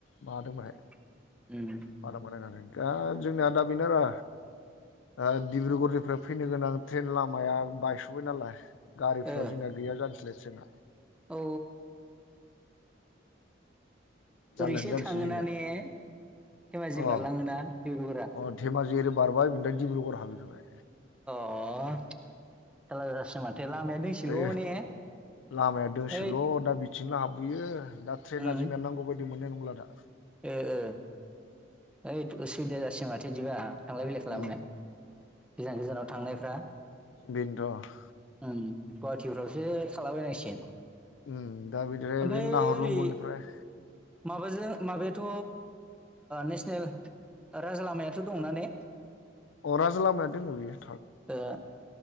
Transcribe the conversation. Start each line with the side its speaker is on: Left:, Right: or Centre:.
Left: माबादों बेहाय
Centre: ओ उम
Left: बा बानाय जादों दा जोंनिया दा बेनो आरो ओ डिब्रुगरनिफ्राय फैनो गोनां ट्रेन लामाया बायस'बाय नालाय गारिफ्रा
Centre: ओ
Left: जोंना गैया जानोसैलाय ट्रेना
Centre: औ
Left: जारलायानो
Centre: ओरैसो
Left: जानोसै
Centre: थाङोना
Left: जोंना
Centre: ने धेमाजि
Left: अ
Centre: बारलाङोना दिब्रुगरा
Left: अ धेमाजि ओरै बारबाय बेनिफ्राय डिब्रुगर हाबहैखाबाइ
Centre: <inaudible> दोंसेल'
Left: बे
Centre: ने
Left: लामाया दोंसोल'
Centre: ओइद
Left: दा बिथिंल हाब बेयो दा ट्रेना
Centre: उम
Left: जोंना नांगौ बायदि मोननाय नंला दा
Centre: ओ ओ ओइ उसुबिदा जासिगोन माथो बिदिबा थांलाय फैलाय खालामनो
Left: उम
Centre: गोजान गोजानाव थांनायफ्रा
Left: बिनोथ'
Centre: उ गुवाहाटिफ्रावसो थालाबायनांसिगोन।
Left: उ दा बिदिनो
Centre: ओमफ्राय
Left: बे नाहरलुंगुरनिफ्राय
Centre: ओरै माबाजों माबायाथ' नेसनेल राजा लामायाथ' दंना ने?
Left: अ राजा लामाया दङो बियो
Centre: ओ